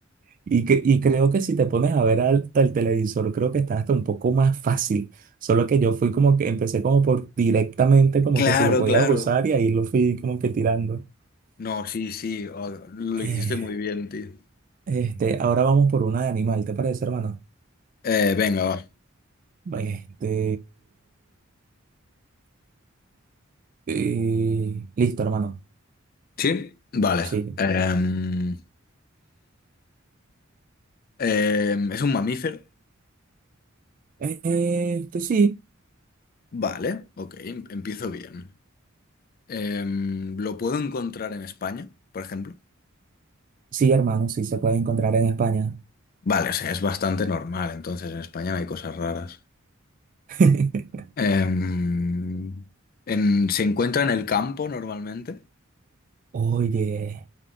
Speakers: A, on the right; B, on the left.
A: Y, que- y creo que si te pones a ver hasta el televisor, creo que está hasta un poco más fácil. Solo que yo fui como que empecé como por directamente, como
B: Claro,
A: que si lo podías
B: claro.
A: usar y ahí lo fui como que tirando.
B: No, sí, sí, oh, lo
A: Eh,
B: hiciste muy bien, tío.
A: este, ahora vamos por una de animal, ¿te parece, hermano?
B: Eh, venga, va.
A: Este, eh, listo, hermano.
B: ¿Sí? Vale.
A: Sí.
B: Em, Em, ¿es un mamífero?
A: Eh, Este, sí.
B: Vale, ok, em- empiezo bien. Em, ¿lo puedo encontrar en España, por ejemplo?
A: Sí, hermano, sí se puede encontrar en España.
B: Vale, o sea, es bastante normal, entonces en España no hay cosas raras.
A: <laughs>
B: Em, en- ¿se encuentra en el campo normalmente?
A: Oye,